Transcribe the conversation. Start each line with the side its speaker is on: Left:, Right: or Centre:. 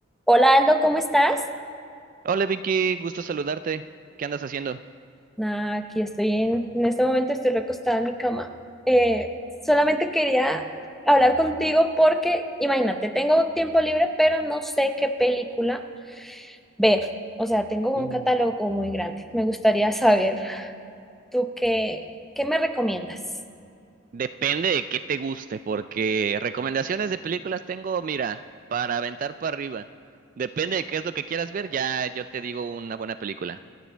Centre: Hola Aldo, ¿cómo estás?
Right: Hola Vicky, gusto saludarte. ¿Qué andas haciendo?
Centre: Nada, aquí estoy en, en este momento estoy recostada en mi cama. Eh, Solamente quería hablar contigo porque, imagínate, tengo tiempo libre, pero no sé qué película ver. O sea, tengo
Right: Uh,
Centre: un catálogo muy grande. Me gustaría saber, ¿tú qué, qué me recomiendas?
Right: Depende de qué te guste, porque recomendaciones de películas tengo, mira, para aventar para arriba. Depende de qué es lo que quieras ver, ya yo te digo una buena película.